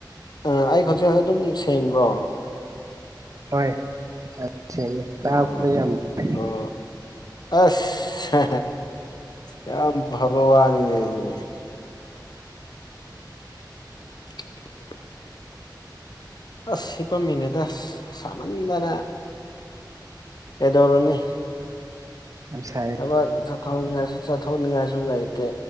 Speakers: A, on the left; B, on the right.
A: ꯎꯝ ꯑꯩ ꯈꯣꯟꯖꯦꯜ ꯑꯗꯨꯝ ꯁꯦꯡꯕ꯭ꯔꯣ
B: ꯍꯣꯏ ꯁꯦꯡꯉꯦ ꯇꯥꯕꯗꯤ
A: ꯑꯣ
B: ꯌꯥꯝ ꯅꯨꯡꯉꯥꯏ
A: ꯑꯣ ꯑꯁ ꯌꯥꯝ ꯐꯕ ꯋꯥꯅꯤꯅꯦ ꯑꯗꯨꯗꯤ <unintelligible> <inaudible> ꯑꯁ ꯍꯤꯄꯝꯃꯤꯅꯦꯗ ꯁꯥꯃꯟꯗꯅ ꯀꯩꯗꯧꯔꯨꯅꯤ
B: ꯌꯥꯝ ꯁꯥꯏ
A: ꯊꯕꯛ ꯆꯠꯊꯣꯛꯅꯤꯡꯉꯥꯏꯁꯨ ꯆꯠꯊꯣꯛꯅꯤꯡꯉꯥꯏꯁꯨ ꯂꯩꯇꯦ